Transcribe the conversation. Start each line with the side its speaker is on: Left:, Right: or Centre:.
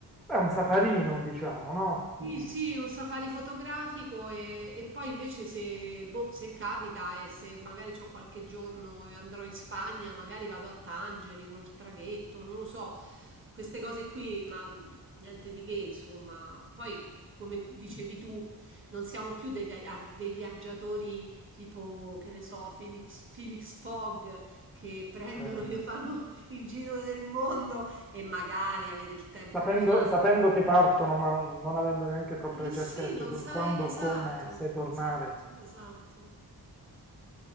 Centre: un safarino, diciamo, no?
Right: Sì,
Centre: Mm,
Right: sì, un safari fotografico e, e poi invece se, boh, se capita e se magari ho qualche giorno e andrò in Spagna, magari vado a Tangeri col traghetto, non lo so, queste cose qui, ma mh, niente di che, insomma. Poi, come dicevi tu, non siamo più dei, via- ah, dei viaggiatori tipo, che ne so, Felix, Felix Fogg che prendono
Centre: sì.
Right: e fanno il giro del mondo e magari avere il tempo
Centre: Sapendo,
Right: di farlo.
Centre: sapendo che partono, ma non, non avendo neanche troppe
Right: Eh sì,
Centre: certezze
Right: non
Centre: sul
Right: sai,
Centre: quando,
Right: esatto,
Centre: come e se tornare.
Right: esatto, esatto.